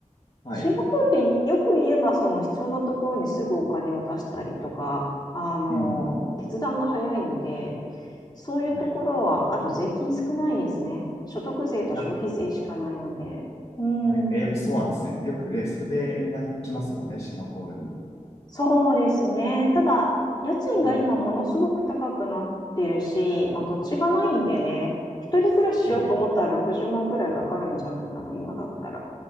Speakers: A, on the left; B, on the left.
A: はい。
B: シンガポールってよく言えばその必要なところにすぐお金を出したりとか、あの、
A: うん。
B: 決断が早いので、そういうところは、
A: はい
B: あと税金少ないですね。所得税と消費税しかないので。
A: あ、
B: うん、
A: はい。え、やっぱそうなんですね。よくね、それでみんな行きますもんね、シンガポールに。
B: そうですね。ただ、家賃が今ものすごく高くなってるし、
A: うん。
B: まあ土地がないんでね、一人暮らししようと思ったら60万ぐらいかかるんじゃないかな、
A: はい。
B: 今だったら。